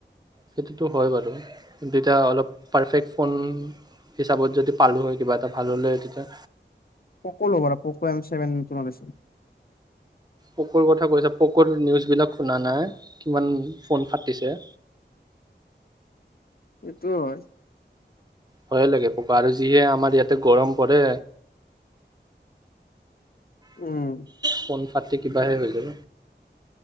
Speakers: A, on the right (about 20°); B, on the left (about 55°).
A: সেইটোতো হয় বাৰু কিন্তু এতিয়া অলপ পাৰফেক্ট ফোন হিচাপত যদি পালো হয় কিবা এটা ভাল হলে তেতিয়া
B: পক লো বাৰ পোক এম চেভন তোমৰ
A: পকৰ কথা কৈছে পকৰ নিউজবিলাক শুনা নাই কিমান ফোন ফাটিছে
B: এইটো হয়
A: ভয়ে লাগে পকা আৰু যিহে আমাৰ ইয়াতে গৰম পৰে!
B: উম
A: ফোন ফাটি কিবাহে হৈ যায়